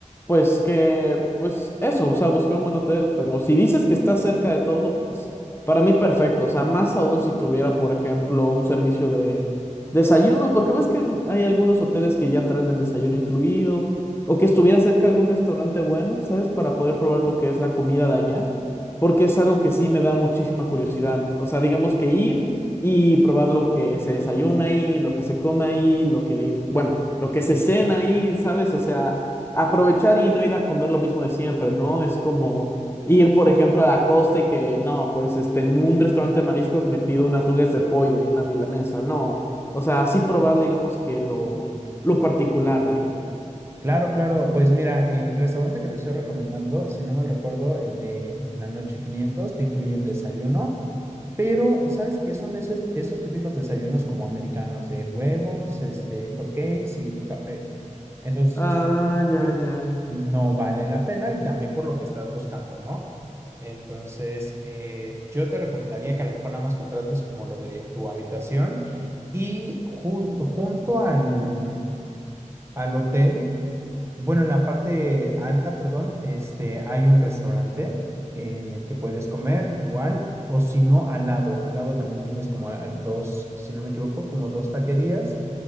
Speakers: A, on the left; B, on the right.
A: Pues que, pues eso, o sea, buscar un buen hotel, pero si dices que está cerca de todo, pues para mí perfecto, o sea, más aún si tuviera, por ejemplo, un servicio de desayunos, porque ves que en- hay algunos hoteles que ya traen el desayuno incluido, o que estuviera cerca algún restaurante bueno, ¿sabes? Para poder probar lo que es la comida de allá, porque es algo que sí me da muchísima curiosidad. O sea, digamos que ir y probar lo que se desayuna ahí, lo que se come ahí, lo que, bueno, lo que se cena ahí, ¿sabes? O sea, aprovechar y no ir a comer lo mismo de siempre, ¿no? Es como ir, por ejemplo, a la costa y que no, pues este, en un restaurante de mariscos me pido unas nuggets de pollo y una milanesa. No. O sea, así probar, digamos, que lo, lo particular de ahí.
B: Claro, claro, pues mira, el restaurante que te estoy recomendando, si no mal recuerdo, el de la noche 500 te incluye el desayuno Pero, ¿sabes qué son esos, esos típicos desayunos como americanos de huevos, este, hot cakes y tu café? Entonces,
A: Ah,
B: yo sé
A: ya,
B: que
A: ya.
B: no vale la pena y también por lo que estás buscando, ¿no? Entonces, eh, yo te recomendaría que a lo mejor nada más contrates como lo de tu habitación y ju- junto al, al hotel bueno, en la parte alta, perdón, este, hay un restaurante en el que puedes comer igual, o si no, al lado. Al lado también tienes como a- dos, si no me equivoco, como dos taquerías.